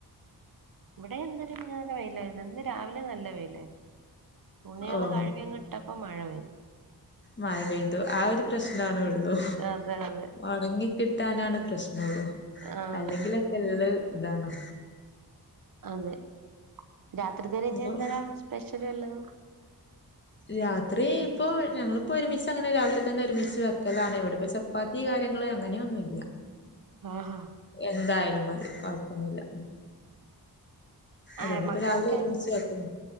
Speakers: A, on the right; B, on the left.
A: ഇവിടെ ഇന്നലേം മിനിയാന്ന്ക്കെ വെയിലായിര്ന്ന് ഇന്ന് രാവില നല്ല വെയിലായിരുന്നു. തുണിയേള്
B: ഓഹ്
A: കഴ്കിയങ്ട് ട്ടപ്പ മഴ പെയ്തു.
B: മഴ പെയ്തു ആ ഒരു പ്രശ്നാണോള്ളൂ.
A: അതെ, അതെ.
B: ഒണങ്ങി കിട്ടാനാണ് പ്രശ്നൊള്ളൂ..
A: ആഹ്
B: അല്ലെങ്കിലൊക്കെ ള്ള് ഇതാണ്.
A: അതെ രാത്രിത്തേന് ഞ്ഞിന്തേരാ
B: ഉം
A: സ്പെഷ്യല് വല്ലതും.
B: രാത്രി ഇപ്പോ ഞങ്ങള്പ്പോ ഒരുമിച്ച് അങ്ങനെ രാവിലെ തന്നെ ഒരുമിച്ച് വെക്കലാണ്. ഇവിടെപ്പ ചപ് പ്പാത്തി കാര്യങ്ങള് അങ്ങനെയൊന്നുല്ല.
A: ആഹ.
B: എന്തായാലും മതി കൊഴ്പ്പൊന്നുല്ല
A: ആഹ്
B: അതണ്ട്
A: മക്കളൊക്കെ
B: പ്പൊ രാവിലെ ഒരുമിച്ച് വെക്കും.